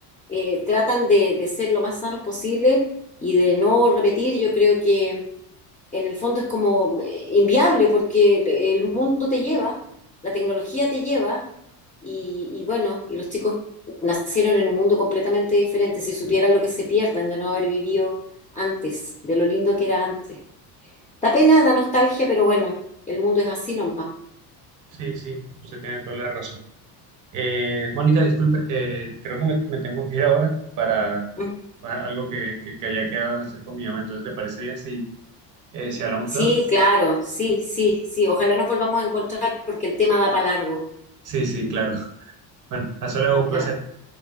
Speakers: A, on the left (about 20°); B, on the right (about 45°).
A: eh, tratan de, de ser lo más sanos posible y de no repetir, yo creo que en el fondo es como eh, inviable porque el, el mundo te lleva, la tecnología te lleva y, y bueno, y los chicos nacieron en un mundo completamente diferente, si supieran lo que se pierden de no haber vivido antes, de lo lindo que era antes. Da pena, da nostalgia, pero bueno, el mundo es así nomás.
B: Sí, sí, usted tiene toda la razón. Eh, Mónica, disculpe, eh, creo que me, me tengo que ir ahora para,
A: ¿Mm?
B: para algo que, que, que haya quedado en hacer con mi mamá, entonces ¿le parece bien si... Eh, si hablamos
A: Sí,
B: luego.
A: claro, sí, sí, sí, ojalá nos volvamos a encontrar porque el tema da para largo.
B: Sí, sí, claro. Bueno, hasta luego,
A: Ok,
B: un placer.